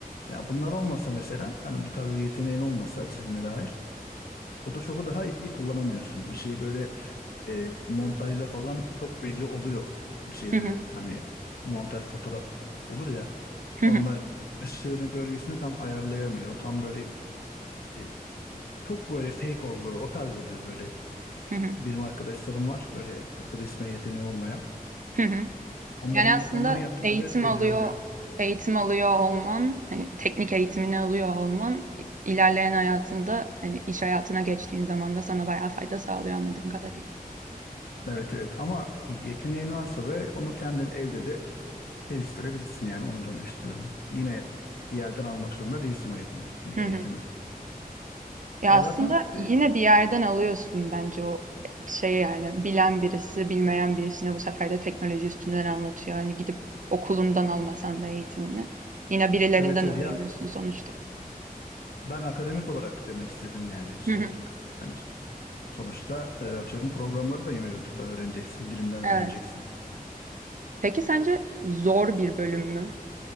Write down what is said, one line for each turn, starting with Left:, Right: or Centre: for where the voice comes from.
Left: Ya bunlar olmasa mesela hani bu tarz bir yeteneğin olmasa çizime dair Photoshop'u daha iyi kullanamıyorsun. Bir şey böyle e, montajda falan çok belli oluyor. Bir şeyleri
Right: Hı hı.
Left: hani montaj fotoğraf olur ya
Right: Hı
Left: onda
Right: hı.
Left: ışığını gölgesini tam ayarlayamıyor. Tam böyle e, çok böyle fake oluyor. O tarz oluyor böyle.
Right: Hı hı.
Left: Benim arkadaşlarım var böyle çok da resme yeteneği olmayan.
Right: Hı hı.
Left: Onların
Right: Yani aslında
Left: onların yaptıkları
Right: eğitim
Left: hep belli
Right: alıyor,
Left: oluyor.
Right: eğitim alıyor olman, hani teknik eğitimini alıyor olman ilerleyen hayatında hani iş hayatına geçtiğin zaman da sana bayağı fayda sağlıyor anladığım kadarıyla.
Left: Evet evet ama yeteneğin varsa ve onu kendin evde de geliştirebilirsin yani onu demek istiyorum. Yine bir yerden almak zorunda değilsin o eğitim-
Right: Hı
Left: eğitimi.
Right: hı. Ya
Left: Ya
Right: aslında
Left: zaten
Right: yine
Left: e,
Right: bir yerden alıyorsun bence o şey yani bilen birisi bilmeyen birisine bu sefer de teknoloji üstünden anlatıyor. Hani gidip okulundan almasan da eğitimini yine birilerinden
Left: evet evet ya
Right: öğreniyorsun sonuçta.
Left: ben akademik olarak demek istedim yani şey
Right: Hı hı.
Left: olarak. Hani sonuçta e, atıyorum programları da yine YouTube'dan öğreneceksin, birinden
Right: Evet.
Left: öğreneceksin.
Right: Peki sence zor bir bölüm mü?